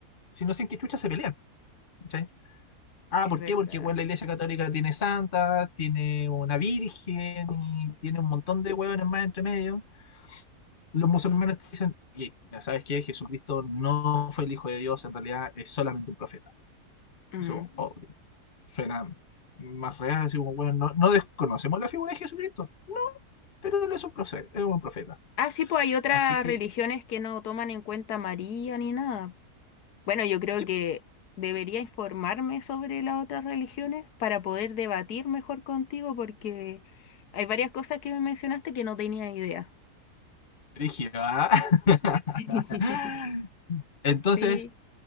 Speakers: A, on the left; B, on the left.
A: si no sé en qué chucha se pelean, ¿cachai? Ah,
B: Es
A: ¿por
B: verdad.
A: qué? Porque igual la iglesia católica tiene santa, tiene una virgen y tiene un montón de huevones más entre medio. Los musulmanes dicen, oye, ¿sabes qué? Jesucristo no fue el hijo de Dios, en realidad es solamente un profeta.
B: Mm.
A: Eso oh, suena más real, así como, bueno, no, no desconocemos la figura de Jesucristo. No, pero él es un profeta. Es un profeta.
B: Ah, sí, pues hay otras
A: Así que,
B: religiones que no toman en cuenta a María ni nada. Bueno, yo creo
A: sí,
B: que debería informarme sobre las otras religiones para poder debatir mejor contigo porque hay varias cosas que me mencionaste que no tenía idea.
A: Brígido, ¿ah? <laughs>
B: <laughs>
A: Entonces,
B: Sí,